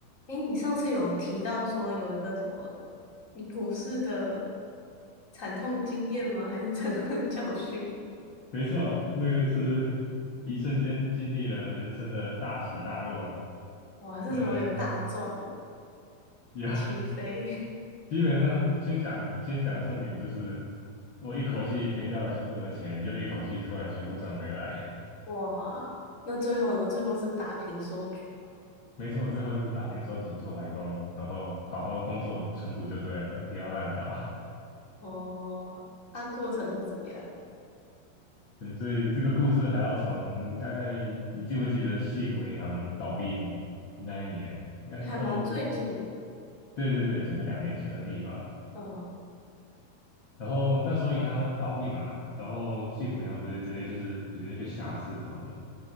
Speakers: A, on the left; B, on the left.
A: 诶，你上次有提到说有一个什么你股市的惨痛经验吗？还是惨痛的教训？
B: 没错，那个是一瞬间经历了人生的大起大落。
A: 哇，是什么有大赚了，
B: 嗯，也
A: 起飞？
B: <laughs> 基本上先讲先讲重点，就是我一口气赔掉了全部的钱，又一口气突然全部挣回来。
A: <laughs>
B: <laughs>
A: 哇，那最后呢？最后是打平收局吗？
B: 没错，我最后就是打平收集做白工，然后好好工作存股就对了，不要乱搞。
A: 哦，它过程是怎么样？
B: <laughs> 对，所以这个故事还要从大概你记不记得矽谷银行倒闭那一年，应该是二二，
A: 你还蛮最近的，
B: 对对对，这个两年前而已吧。
A: 嗯
B: 然后那时候银行倒闭嘛，然后矽谷银行直接直接就是直接被下市什么的，